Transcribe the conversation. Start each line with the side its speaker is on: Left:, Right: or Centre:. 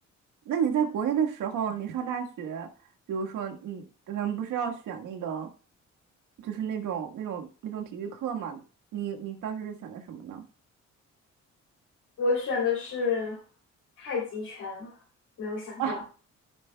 Right: 那你在国内的时候，你上大学，比如说你咱们不是要选那个，就是那种那种那种体育课嘛？你你当时是选的什么呢？
Left: 我选的是太极拳，没有想到
Right: <laughs> 啊，